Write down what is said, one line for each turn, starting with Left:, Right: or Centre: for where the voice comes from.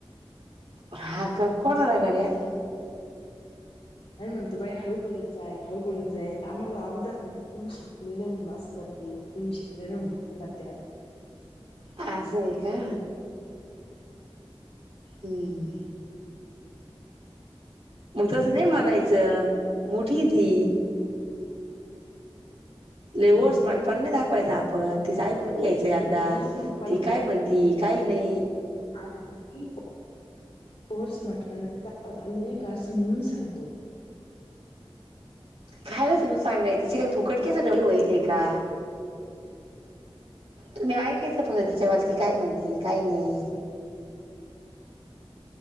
Right: हा का. कोणा आलाय गडी <unintelligible>
Left: नाही म्हणतो बाई हळू बोलत जाय, हळू बोलत जाय थांब म्हणं <unintelligible> अगोदर तुम्ही शिकलेले म्हणून असं करते. तुम्ही शिकलेलं म्हणून तसं करत्यात.
Right: आसं आहे का? हम्म. मग तसं नाही मानायचं, मोठी आहे ती.
Left: हम्म,
Right: लई ओव्हर स्मार्टपणा नाही दाखवायचा आपण, तिचं ऐकून घ्यायचं एकदा
Left: ओव्हर स्मार्ट
Right: ती काय म्हणती, काय नाही.
Left: अगं बाई. ओव्हर स्मार्टपणा नाही दाखवत, आम्ही नाही का असं म्हणून सांगतो.
Right: खयालं तुम्ही सांगायचं, त्याचे काय फुकट केलं डवळे वईल आहे का? तुम्ही ऐकायचं फगं तिच्या वाल ती काय म्हणती, काय नाही.
Left: <inaudible>